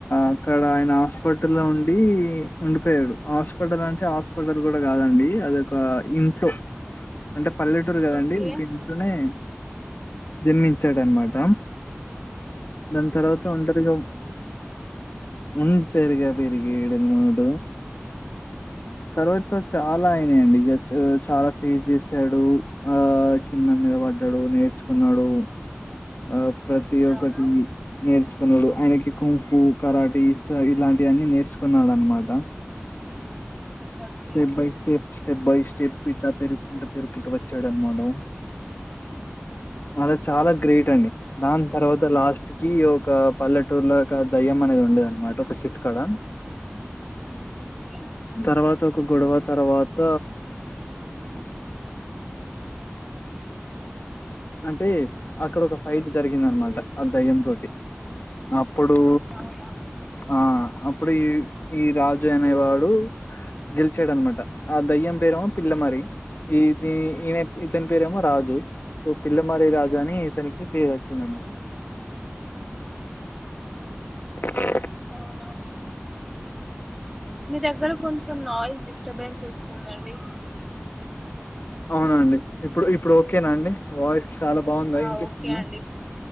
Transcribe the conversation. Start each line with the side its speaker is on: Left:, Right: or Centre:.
Left: అక్కడ ఆయన హాస్పిటల్ ఉండి ఉండిపోయడు హాస్పిటల్ అంటే హాస్పిటల్ కూడా కాదండి అది ఒక ఇంట్లో అంటే పల్లెటూరు కదండి
Centre: ఓకే
Left: ఒక ఇంట్లనే జన్మించాడు అనమాట దాని తర్వాత
Centre: ఓకే
Left: ఒంటరిగా ఉంటరిగా పెరిగడన్మట తర్వాత చాలా అయినాయండి ఇక చా చాలా ఫీజ్ చేసాడు ఆ కింద మీద పడ్డాడు నేర్చుకున్నాడు ఆ ప్రతి
Centre: అవునా
Left: ఒక్కటి నేర్చుకున్నాడు ఆయనకి కుంపు కరాటి ఇలాంటివన్నీ నేర్చుకున్నాడు అనమాట
Centre: okay
Left: step by step step by step ఇట్లా పెరుగుకుంటూ పెరుగుకుంటూ వచ్చాడనమాటా అలా చాలా గ్రేట్ అండి దాని తర్వాత లాస్ట్ కి ఒక పల్లెటూర్లకా దయ్యం అనేది ఉండేది అనమాట ఒక చేట్టు కడ
Centre: ఓకే
Left: తర్వా గొడవ తర్వాత అంటే అక్కడ ఒక ఫైట్ జరిగింద అనమాట ఆ దయ్యం తోటి ఆ అప్పుడు
Centre: అవునా
Left: ఆ ఆప్ అప్పుడు ఈ ఈ రాజు అనేవాడు గెలిచాడు అనమాట ఆ దయ్యం పేరేమో పిల్ల మరి ఈది ఈయన ఇతని పేరేమో రాజు సో పిల్లమరి రాజు అని ఇతనికి పేరు వచ్చింద అనమాట అ
Centre: అవునా మీ దగ్గర కొంచం చెం నాయిస్ డిస్టబెన్స్ వస్తుందండి
Left: అవునాండి ఇప్పుడు ఇప్పుడు ఓకేనాండి వాయిస్ చాలా బాగుందా
Centre: ఆ
Left: ఇన్పితుంద
Centre: ఓకే అండి